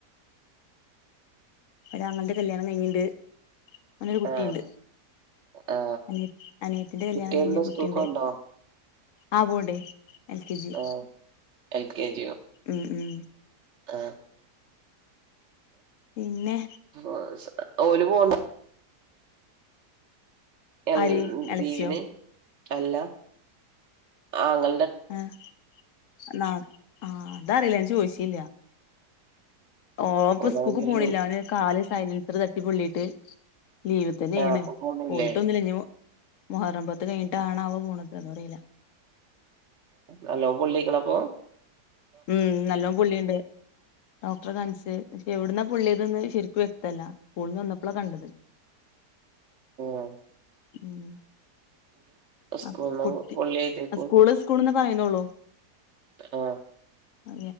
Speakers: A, on the left (about 65°); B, on the right (about 55°).
A: ഒരാങ്ങളുടെ കല്യാണം കൈഞ്ഞിണ്ട് ഓനൊരു കുട്ടിയുണ്ട്
B: ആ ആ
A: അന അനിയത്തിന്റെ കല്യാണം
B: കുട്ടി
A: കഴിഞ്ഞൊരു
B: എന്താ സ്കൂൾക്ക്
A: കുട്ടിയുണ്ട്
B: പോണ്ടോ
A: ആ പോവ്ണ്ട് എൽ കെ ജി
B: ആ എൽ കെ ജിയോ
A: ഉം ഉം
B: ആ
A: പിന്നെ
B: ആ ഓല് പോണ്ട എ
A: ആര് എളച്ചിയോ
B: ലീവ്ന് അല്ല ആങ്ങ
A: ആഹ് എന്നാ ആഹ് അതറിയില്ല ഞാൻ ചോദിച്ചില്ല ഓപ്പ
B: ഓരോന്നിലും
A: സ്കൂൾക്ക് പോണില്ല അവന് കാല് സൈലൻസർ തട്ടി പൊള്ളിട്ട് ലീവ് തന്നെെയണ്
B: അപ്പൊ പോണില്ലേ
A: പോയിട്ടൊന്നില്ലഞ്ഞ മുഹറം പത്ത് കഴിഞ്ഞിട്ടാണോ അവൻ പോണത് ന്ന് അറിയില്ല
B: നല്ലോം പൊള്ളിക്ക്ണൊ അപ്പം
A: ഉം നല്ലോ പുള്ളിയുണ്ട് ഡോക്ടറെ കാണിച്ച് പക്ഷെ എവിടുന്നാ പുള്ളിയത്ന്ന് ശരിക്കും വ്യക്തല്ല സ്കൂള് ന്ന് വന്നപ്പോളാ കണ്ടത്
B: ആഹ
A: ഉം <unintelligible>
B: സ്കൂൾന്ന് പൊള്ളി എഴുതേക്കും
A: അസ്കൂൾ സ്കൂൾ. പറയുന്നുോള്ളൂ
B: ആ
A: ആ